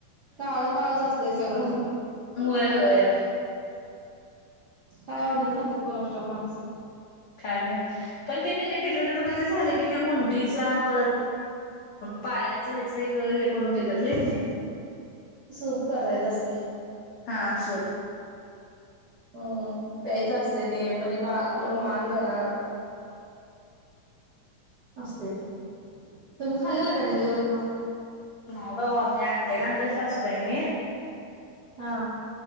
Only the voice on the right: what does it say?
काळं काळच असते सगळं.
काय आवडीन खात्यात कोणाचं ठाऊक माणसं.
सूप करायच असतय.
हम पायचं असते ते म्हणजे बाळ आपलं मान धरा असते ते तुम्ही खालेल का डिलीवरीत मग
हा.